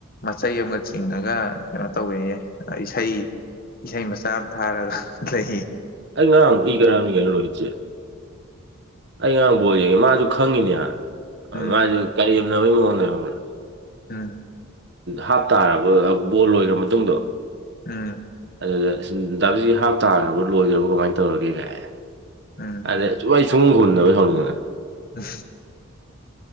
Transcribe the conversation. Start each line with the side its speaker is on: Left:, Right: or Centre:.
Left: ꯃꯆꯩ ꯑꯃꯒ ꯆꯤꯡꯉꯒ ꯀꯩꯅꯣ ꯇꯧꯋꯦꯌꯦ ꯏꯁꯩ ꯏꯁꯩ ꯃꯆꯥ ꯑꯃ ꯊꯥꯔꯒ ꯂꯩ
Right: ꯑꯩ ꯉꯔꯥꯡ ꯏꯤ ꯀꯅꯥꯅꯤ ꯀꯩꯅ ꯂꯣ ꯏꯁꯦ ꯑꯩ ꯉꯔꯥꯡꯕꯣ ꯌꯦꯡꯉꯦ ꯃꯥꯁꯨ ꯈꯪꯉꯤꯅꯦꯍ
Left: ꯎꯝ
Right: ꯃꯥꯁꯨ ꯀꯔꯤ ꯌꯥꯝꯅꯕꯒꯤ ꯃꯉꯣꯟꯗ ꯈꯪꯕ꯭ꯔꯥ
Left: ꯎꯝ
Right: ꯍꯥꯞꯇꯥꯥꯔꯕ ꯕꯣꯜ ꯂꯣꯏꯈ꯭ꯔ ꯃꯇꯨꯡꯗꯣ
Left: ꯎꯝ
Right: ꯑꯗꯨꯗ ꯞꯁꯤ ꯍꯥꯞ ꯇꯥꯈ꯭ꯔꯕ ꯂꯣꯏꯈ꯭ꯔꯕ ꯀꯃꯥꯏꯅ ꯇꯧꯔꯒꯦ ꯀꯥꯏ
Left: ꯎꯝ
Right: ꯑꯗꯩ ꯁꯨꯡ ꯁꯨꯡ ꯍꯨꯟꯅꯅꯕꯕ ꯍꯧꯧꯅꯤꯡꯉꯅ
Left: ꯎ